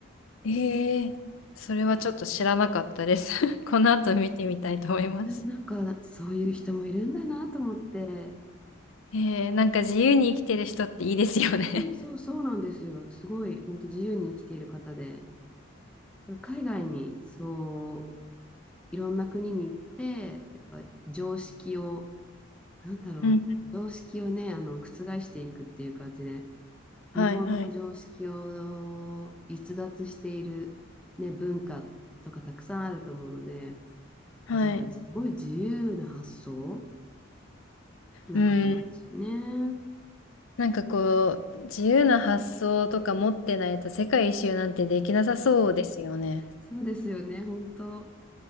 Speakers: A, on the left (about 70°); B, in the centre.
A: ええそれはちょっと知らなかったです。<laughs> この後見てみたいと思います。
B: <laughs> ななんか、そういう人もいるんだなと思って、
A: ええなんか自由に生きてる人っていいですよね。
B: うん、そう、そうなんですよ。すごい、本当自由に生きている方で、海外に、そう、いろんな国に行って、やっぱ常識を、なんだろう、
A: <laughs> うん。
B: 常識をね、あの、覆していくっていう感じで、
A: はいはい。
B: 日本の常識を逸脱している、ね、文化とかたくさんあると思うので、
A: はい。
B: そういうか、すごい自由な発想な方なんですよね。
A: うん。なんかこう、自由な発想とか持ってないと世界一周なんてできなさそうですよね。
B: そうですよね、本当。